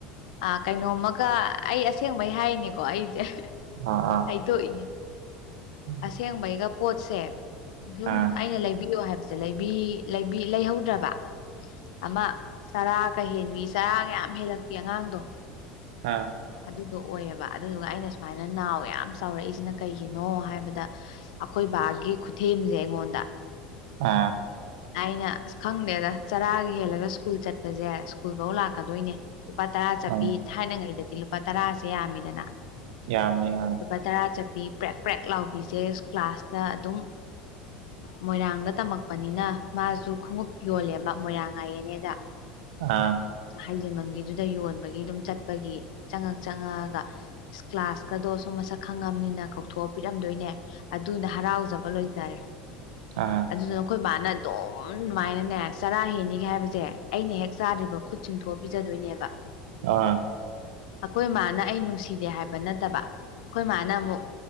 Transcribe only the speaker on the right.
ꯑ ꯑꯥ
ꯎꯝ
ꯑꯥ
ꯑ
ꯑꯥ
ꯑꯥ
ꯌꯥꯝꯃꯦꯍꯥ
ꯑꯥ
ꯑ
ꯑꯥ